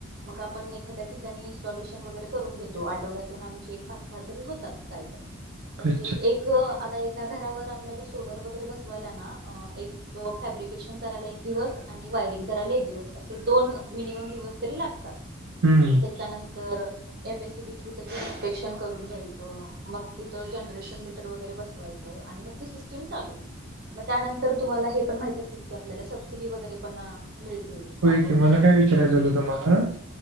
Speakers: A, on the right; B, on the right.
A: मग आपण एखाद्या ठिकाणी इन्स्टॉलेशन वगैरे करून घेतो, आठवड्यातून आमचे एक पाच सहा तरी होतात साईट. म्हणजे
B: अच्छा.
A: एक, आता एका घरावर आपल्याला सोलर वगैरे बसवायला ना एक. फॅब्रिकेशन करायला एक दिवस, आणि वायरिंग करायला एक दिवस असं दोन मिनिम दिवस. तरी लागतात,
B: हं.
A: मग त्याच्यानंतर. M S C B through त्याचं इन्स्पेक्शन करून घ्यायचं, मग तिथं जनरेशन मीटर वगैरे बसवायचं. आणि मग ती सिस्टम चालू. मग त्यानंतर, तुम्हांला हे पण माहित असेल की, आपल्याला सबसिडी पण मिळते. त्यावर
B: होय की, मला काय विचारायचं होतं तुम्हाला